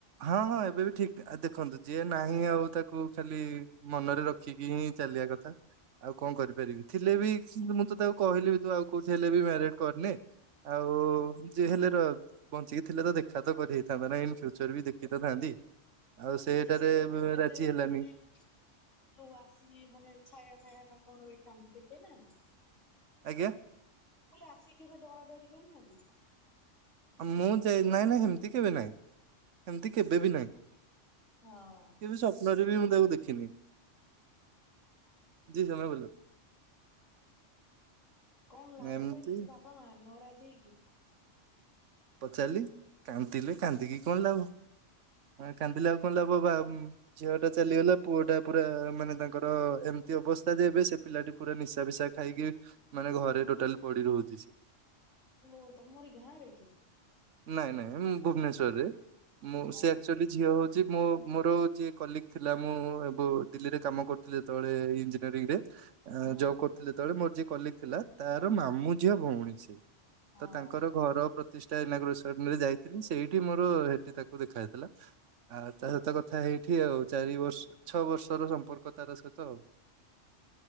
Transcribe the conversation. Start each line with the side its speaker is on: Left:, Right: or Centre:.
Right: ହଁ-ହଁ ଏବେ ବି ଠିକ୍ ଦେଖନ୍ତୁ ଯିଏ ନାହିଁ ଆଉ ତାକୁ ଖାଲି ମନରେ ରଖିକି ହିଁ ଚାଲିବା କଥା ଆଉ କଣ କରିପାରିବି ଥିଲେ ବି କିନ୍ତୁ ମୁଁ ତ ତାକୁ କହିଲି ତୁ ଆଉ କୋଉି ହେଲେ ବି ମ୍ୟାରେଜ୍ କରିନେ। ଆଉ ଜେ ହେଲେ ର ବଞ୍ଚିକି ଥିଲେ ତ ଦେଖା ତ କରି ହେଇଥାନ୍ତା ନା ଇନ ଫ୍ୟୁଚର ବି ଦେଖି ତଥାନ୍ତି। ଆଉ ସେଠାରେ
Left: ଆଚ୍ଛା ସିଏ ତମକୁ କେତେବେଳେ
Right: ରାଜି ହେଲାନି।
Left: ମାନେ ଯୋଉ ଆସିକି ମାନେ ଛାୟା ମାୟା ନା କଣ ଦେଖାନ୍ତି ଦେଖେଇନାହାନ୍ତି।
Right: ଆଜ୍ଞା।
Left: ମଲା ଆସିକି କେବେ ଡରାଡରି କରୁନାହାନ୍ତି।
Right: ମୁଁ ଯାଇ ନାଇଁ ନାଇଁ ସେମତି କେବେ ନାଇଁ ସେମିତି କେବେ ବି ନାଇଁ।
Left: ହଁ।
Right: କେ ବି ସ୍ୱପ୍ନରେ ବି ମୁଁ ତାକୁ ଦେଖିନି। ଜୀ ସମୟ ବୋଲ।
Left: କଣ ଲାଭ
Right: ଏମିତି
Left: ପାଇଲେ ସେ ବାପା ମାଆ ନରାଜି ହେଇକି
Right: ପଚାରିଲି କାନ୍ଦିଲେ କାନ୍ଦିକି କଣ ଲାଭ। ହଁ କାନ୍ଦିଲା ଆଉ କଣ ଲାଭ ବା ଝିଅ ଟା ଚାଲିଗଲା ପୁଅଟା ପୁରା ମାନେ ତାଙ୍କର ଏମିତି ଅବସ୍ଥା ଯେ ଏବେ ସେ ପିଲାଟି ପୁରା ନିଶା ଫିସା ଖାଇକି ମାନେ ଘରେ ଟୋଟାଲ ପଡି ରହୁଛି ସେ।
Left: ପିଲେ ତମରି ଗାଁରେ କି।
Right: ନାଇଁ ନାଇଁ ମୁଁ ଭୁବନେଶ୍ଵରରେ
Left: ହଁ
Right: ମୁଁ ସେ ଆକ୍ ଶ୍ଚୁଆଲି ଝିଅ ହଉଛି ମୋ ମୋର ଯିଏ କଲିକ ଥିଲା ମୁଁ ଏ ଦିଲ୍ଲୀରେ କାମ କରୁଥିଲି। ଯେତେବେଳେ ଇଞ୍ଜିନିୟରିଂ ରେ
Left: ହଁ
Right: ଜବ୍ କରୁଥିଲେ ଯେତେବେଳେ ମୋର ଯିଏ କଲିକ ଥିଲା ତାର ମାମୁଁ ଝିଅ ଭଉଣୀ ସିଏ।
Left: ହଁ
Right: ତ ତାଙ୍କର ଘର ପ୍ର ରେ ଏନାଗ୍ରୋସନରେ ଯାଇଥିଲି ସେଇଠି ମୋର ସେଠି ତାକୁ ଦେଖାଯାଇଥିଲା। ଆଉ ତା ସହିତ କଥା ହେଇଠି ଆଉ ଚାରି ବର୍ଷ ଛଅ ବର୍ଷର ସମ୍ପର୍କ ତାର ସହିତ ଆଉ।